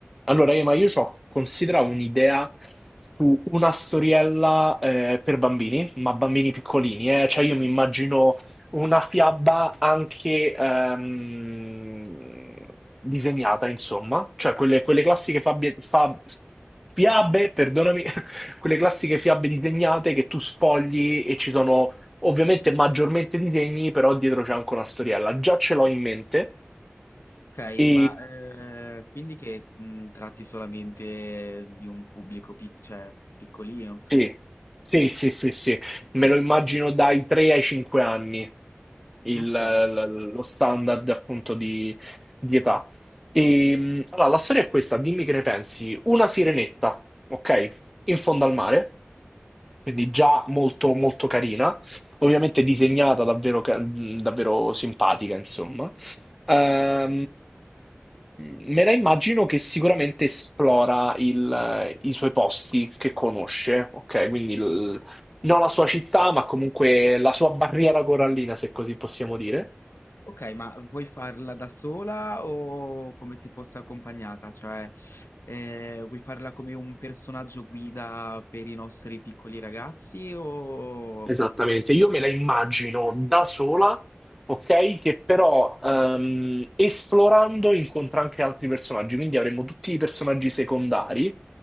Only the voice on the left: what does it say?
Ok,
ma eh, quindi che mh, tratti solamente di un pubblico pic- cioè, piccolino?
Ok,
ok, ma vuoi farla da sola o come se fosse accompagnata? Cioè, eh, vuoi farla come un personaggio guida per i nostri piccoli ragazzi o